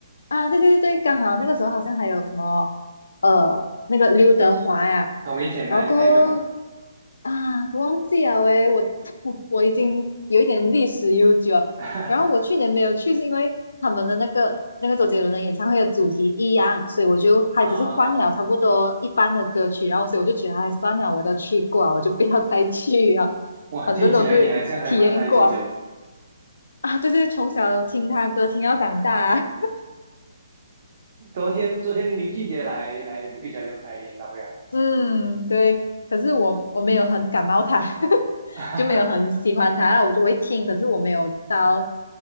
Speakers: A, on the left; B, on the right.
A: 啊，对对对对，刚好那个时候好像还有什么，呃，那个刘德华呀，
B: 同一天那那个吗？
A: 然后过后啊，忘记了诶，我 <laughs> 我已经有一点历史悠久，
B: <laughs>
A: 然后我去年没有去，是因为他们的那个那个周杰伦的演唱会的主题一样，所以我就还只是换了差不多一般的歌曲，
B: 啊，
A: 然后所以我就觉得，哎，算了，我都去过了我就不要再去了，
B: 哇，
A: 反正都是体验过
B: 听起来你好像还蛮爱周杰伦。<laughs>
A: 啊，就是从小听他歌听到长大，
B: 昨天昨天林俊杰来来 Bukit Jalil 开演唱会啊。
A: <laughs> 嗯，对，可是我我没有很感冒他，<laughs>
B: <laughs>
A: 就没有很喜欢他，然后我就会听，可是我没有到